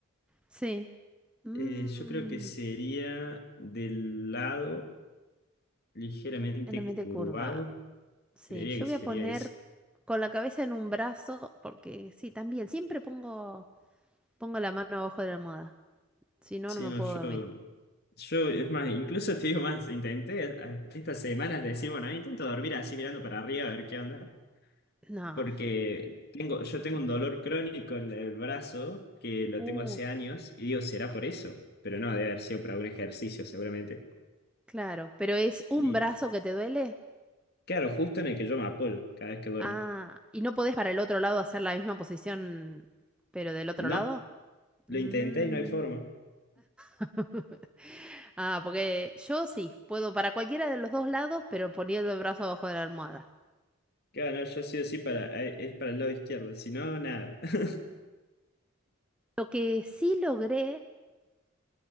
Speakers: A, in the centre; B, on the left (about 45°).
A: Sí. Mm,
B: Eh, yo creo que sería del lado ligeramente
A: Realmente
B: curvado.
A: curvado. Sí,
B: Creería
A: yo
B: que sería
A: voy a poner
B: ese.
A: con la cabeza en un brazo, porque sí, también, siempre pongo, pongo la mano abajo de la almohada, si no,
B: Sí,
A: no me
B: no,
A: puedo
B: yo,
A: dormir.
B: yo, es más, incluso te digo más, intenté a- estas semanas decir, bueno, intento dormir así mirando para arriba a ver qué onda.
A: No,
B: Porque tengo, yo tengo un dolor crónico en el brazo que lo
A: uh,
B: tengo hace años y digo, ¿será por eso? Pero no, debe haber sido por algún ejercicio seguramente.
A: claro, pero es un
B: Y
A: brazo que te duele.
B: claro, justo en el que yo me apoyo cada vez que duermo.
A: Ah, ¿y no podés para el otro lado hacer la misma posición, pero del otro
B: No,
A: lado? Mm.
B: lo intenté y no hay forma.
A: <laughs> Ah, porque yo sí, puedo para cualquiera de los dos lados, pero poniendo el brazo abajo de la almohada.
B: claro no, yo sí o sí para, eh, es para el lado izquierdo, si no, nada. <laughs>
A: Lo que sí logré